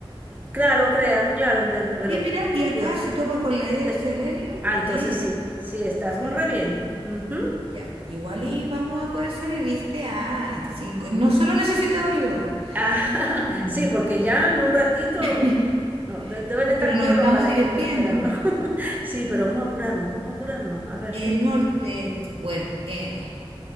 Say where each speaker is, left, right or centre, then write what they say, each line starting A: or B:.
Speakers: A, on the right (about 20°); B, on the right (about 75°).
A: Claro, crea, claro, inventa. Pero,
B: Sí, mira, y acá
A: sí.
B: se topa con la E
A: te-
B: de selenio.
A: Ah,
B: Bueno,
A: entonces sí, sí, estamos
B: sí,
A: re bien.
B: creo.
A: Ujú.
B: Ya, igual y vamos a poder salir, ¿viste? Ay, sí, co- no solo necesitaba ayuda,
A: Ah, <laughs>
B: Mm.
A: sí, porque ya en un ratito
B: <laughs>
A: no, de- deben estar
B: pero
A: como
B: nos estamos
A: locas las
B: divirtiendo.
A: chicas esperando. <laughs> Sí, pero vamos a apurarnos, vamos a apurarnos. A ver,
B: Eh,
A: ¿qué?
B: norte, bueno, N.